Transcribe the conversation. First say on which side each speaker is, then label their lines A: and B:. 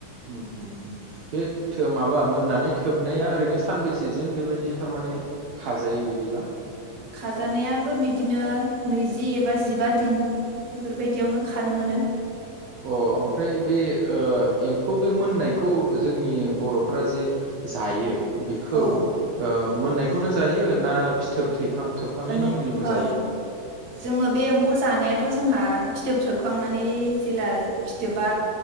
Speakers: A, on the right; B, on the right.
A: उम उम बे थो माबा मोननानै थोबनाया ओरैनो सानबेसेजों बेबायदि थारमाने खाजायो बिदिबा?
B: खाजानायाबो बिदिनो नैजि एबा जिबा दिन बेफोरबायदियावनो खानो मोनो।
A: अ ओमफ्राय बे ओ एम्फौ बे मोननायखौ जोंनि बर'फोरा जे जायो। बिखौ
B: औ
A: ओ मोननायखौनो जायो ना फिथोब थैखां थोबखांनायनि
B: ओ नं
A: उननिखौ
B: ओ
A: जायो
B: जोङो बे एम्फौ जानाया थ' जोंहा फिथोब थोबखांनानै जेला फिथोबा